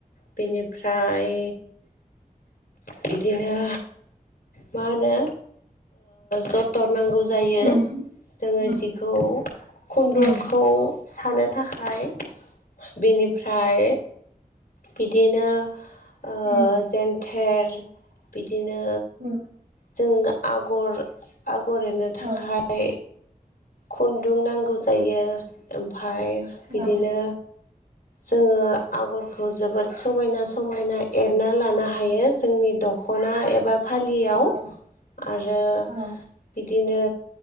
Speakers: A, on the left; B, on the right.
A: बिनिफ्राय बिदिनो मा होनो जथन नांगौ जायो
B: उम
A: जोङो
B: उम
A: जिखौ खुन्दुंखौ
B: उम
A: सानो थाखाय खाय बिनिफ्राय बिदिनो ओ
B: उम
A: जेन्थे खेरदि बिदिनो
B: उम
A: जों आगर आगर एरनो थाखाय
B: औ
A: खुन्दुं नांगौ जायो ओम ओमफ्राय बिदिनो
B: औ
A: जोङो आगरखौ जोबोद समायना समायना एरना लानो हायो जोंनि दख'ना एबा फालियाव
B: औ
A: आरो
B: औ
A: बिदिनो